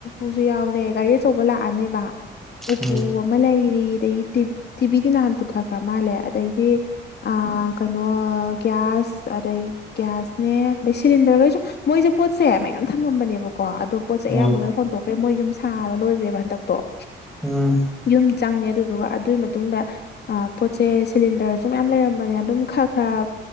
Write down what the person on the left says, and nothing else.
ꯎꯁꯨ ꯌꯥꯎꯔꯦ ꯒꯥꯔꯤ ꯑꯆꯧꯕ ꯂꯥꯛꯑꯅꯦꯕ ꯎꯄꯨ
ꯑꯃ ꯂꯩꯔꯤ ꯑꯗꯩꯗꯤ ꯇꯤꯕꯤꯗꯤ ꯅꯍꯥꯟ ꯄꯨꯊꯈ꯭ꯔ ꯃꯥꯜꯂꯦ ꯑꯗꯩꯗꯤ ꯑ ꯀꯩꯅꯣ ꯒ꯭ꯌꯥꯁ ꯑꯗꯩ ꯒ꯭ꯌꯥꯁꯅꯦ ꯑꯗꯩ ꯁꯤꯂꯤꯟꯗꯔꯈꯩꯁꯨ ꯃꯣꯏꯁꯨꯦ ꯄꯣꯠꯁꯦ ꯃꯌꯥꯝ ꯊꯝꯃꯝꯕꯅꯦꯕꯀꯣ ꯑꯗꯣ ꯄꯣꯠꯁꯦ
ꯑꯌꯥꯝꯕ
ꯂꯣꯏ ꯍꯣꯟꯇꯣꯛꯈ꯭ꯔꯦ ꯃꯣꯏ ꯌꯨꯝ ꯁꯥꯕ ꯂꯣꯏꯈ꯭ꯔꯦꯕ ꯍꯟꯗꯛꯇꯣ
ꯌꯨꯝ ꯆꯪꯉꯦ ꯑꯗꯨꯗꯨꯒ ꯑꯗꯨꯒꯤ ꯃꯇꯨꯡꯗ ꯄꯣꯠꯁꯦ ꯁꯤꯂꯤꯟꯗꯔꯁꯨ ꯃꯌꯥꯝ ꯂꯩꯔꯝꯕꯅꯦ ꯑꯗꯨꯝ ꯈꯔ ꯈꯔ